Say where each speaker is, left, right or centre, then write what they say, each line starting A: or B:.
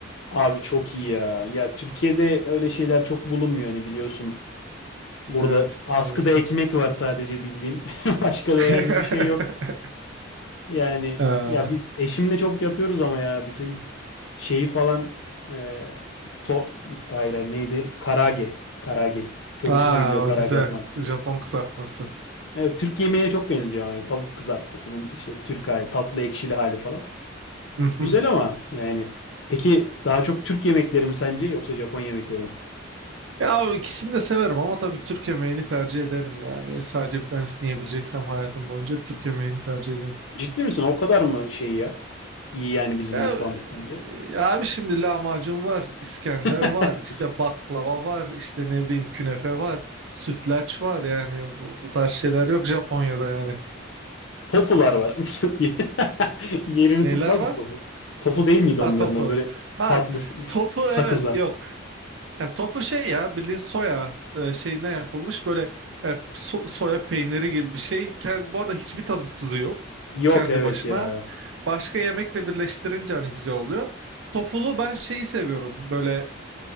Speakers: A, on the left; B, on the right.
A: abi çok iyi ya. Ya Türkiye'de öyle şeyler çok bulunmuyor hani biliyorsun. Burada
B: Evet
A: askıda
B: maalesef.
A: ekmek var sadece bildiğin. <laughs> Başka da
B: <laughs>
A: herhangi bir şey yok. Yani
B: Ee,
A: ya biz eşimle çok yapıyoruz ama ya bütün şeyi falan e, to hayır, hayır, neydi? Karage. Karage. Çok
B: Aa,
A: hoşuma gidiyor karage
B: o güzel
A: yapmak.
B: Japon kızartması.
A: Evet, Türk yemeğine çok benziyor. Yani tavuk kızartmasının işte Türk hali, tatlı ekşili hali falan.
B: <laughs>
A: Güzel ama yani. Peki daha çok Türk yemekleri mi sence yoksa Japon yemekleri mi?
B: Ya ikisini de severim ama tabii Türk yemeğini tercih ederim yani. Sadece bir tanesini yiyebileceksem hayatım boyunca Türk yemeğini tercih ederim.
A: Ciddi misin? O kadar mı şey ya? İyi yani bizim
B: Ya,
A: mutfağımız sence?
B: e, ya abi şimdi lahmacun var, İskender
A: <laughs>
B: var, işte baklava var, işte ne bileyim künefe var, sütlaç var yani bu, bu tarz şeyler yok Japonya'da yani.
A: Tofular var. <laughs> Yerini
B: Neler
A: tutmaz
B: var?
A: mı tofu? Tofu değil miydi
B: Ha
A: onların
B: tofu.
A: adı? Böyle
B: Ha
A: tatlı s-
B: tofu
A: sakızlar.
B: evet yok. Ya tofu şey ya bildiğin soya e, şeyinden yapılmış böyle e, so- soya peyniri gibi bir şey. Kend, bu arada hiçbir tadı tuzu yok
A: Yok
B: kendi
A: evet
B: başına.
A: ya.
B: Başka yemekle birleştirince hani güzel oluyor. Tofulu ben şeyi seviyorum böyle